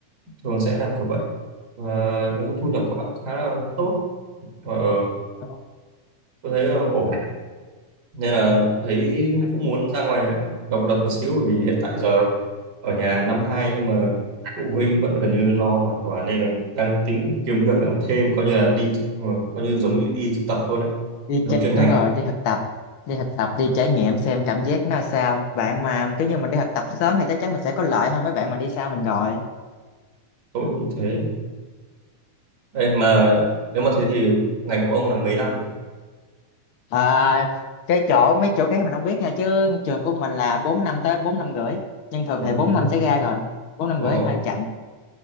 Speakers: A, on the right; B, on the left.
A: thường sẽ làm kiểu vậy và nói chung thu nhập các bạn khá là tốt và ờ,
B: à.
A: tôi thấy là ổn nên là thấy cũng muốn ra ngoài độc lập một xíu bởi vì hiện tại giờ ở nhà năm hai nhưng mà phụ huynh vẫn gần như lo hoàn toàn nên là đang tính kiếm việc làm thêm coi như là đi thực- ờ, coi như giống như đi thực tập luôn ạ
B: đi
A: thực
B: chạy
A: tập chuyên
B: đúng
A: ngành
B: rồi
A: ấy.
B: đi thực tập đi thực tập đi trải nghiệm xem cảm giác nó sao bạn mà cứ như mình đi thực tập sớm thì chắc chắn mình sẽ có lợi hơn mấy bạn mà đi sau mình rồi
A: tôi nghĩ thế đây mà
B: Ừ.
A: nếu mà thế thì ngành của ông là mấy năm nhỉ
B: à, cái chỗ mấy chỗ khác mình không biết nha chứ trường của mình là 4 năm tới bốn năm rưỡi nhưng thường
A: bốn
B: thì 4
A: năm
B: năm sẽ ra rồi 4 năm
A: Ồ,
B: rưỡi thì hơi chậm